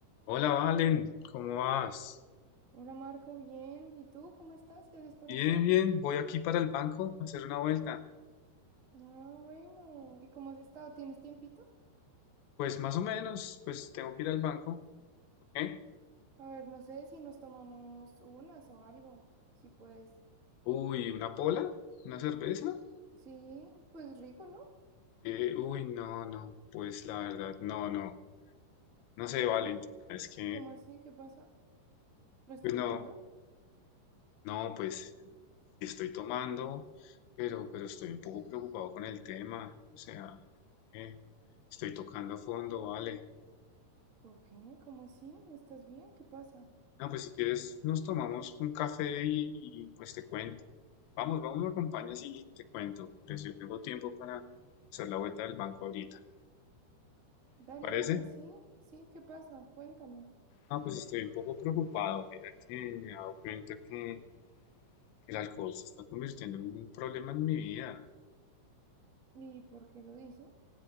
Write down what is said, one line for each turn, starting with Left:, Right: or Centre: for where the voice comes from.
Left: Hola, Valen, ¿cómo vas?
Right: Hola Marco, bien. ¿Y tú cómo estás? ¿Qué haces por
Left: Bien,
Right: acá?
Left: bien, voy aquí para el banco a hacer una vuelta.
Right: Ah, bueno. ¿Y cómo has estado? ¿Tienes tiempito?
Left: Pues más o menos, pues tengo que ir al banco. ¿Por qué?
Right: A ver, no sé si nos tomamos unas o algo. Si puedes.
Left: Uy, ¿una pola? ¿Una cerveza?
Right: Sí, pues rico, ¿no?
Left: Eh, uy, no, no, pues la verdad, no, no. No sé,
Right: ¿Por
Left: Valen,
Right: qué?
Left: es que,
Right: ¿Cómo así? ¿Qué pasa? ¿No estás
Left: pues no,
Right: tomando?
Left: no, pues sí estoy tomando, pero, pero estoy un poco preocupado con el tema. O sea, creo que estoy tocando fondo, Vale.
Right: ¿Por qué? ¿Cómo así? ¿Estás bien? ¿Qué pasa?
Left: No, pues si quieres nos tomamos un café y, y, pues te cuento. Vamos, vamos, me acompañas y te cuento. Pues yo tengo tiempo para hacer la vuelta del banco ahorita.
Right: Dale,
Left: ¿Te parece?
Right: dale, sí, sí, ¿qué pasa? Cuéntame.
Left: Ah, pues estoy un poco preocupado. Mira que me he dado cuenta que el alcohol se está convirtiendo en un problema en mi vida.
Right: ¿Y por qué lo dices?